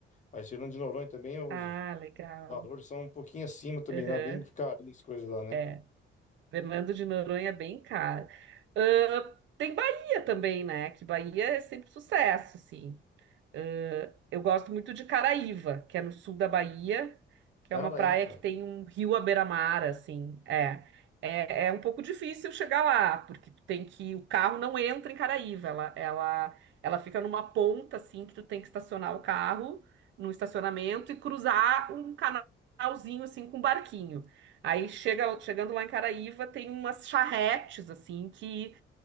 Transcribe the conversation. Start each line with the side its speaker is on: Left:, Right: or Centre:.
Left: Mas Fernando de Noronha também, os
Right: Ah, legal.
Left: valores são um pouquinho acima também,
Right: Aham.
Left: lá bem carinho as coisas lá, né?
Right: é. Fernando de Noronha é bem caro. Ahn, tem Bahia também, né? Que Bahia é sempre sucesso, assim. Ah, Eu gosto muito de Caraíva, que é no sul da Bahia, que
Left: Cara,
Right: é uma praia
Left: aí, pá.
Right: que tem um rio à beira-mar, assim. É, é, é um pouco difícil chegar lá, porque tu tem que o carro não entra em Caraíva, ela, ela, ela fica numa ponta assim que tu tem que estacionar o carro no estacionamento e cruzar um canalzinho assim com um barquinho. Aí chega, chegando lá em Caraíva, tem umas charretes assim que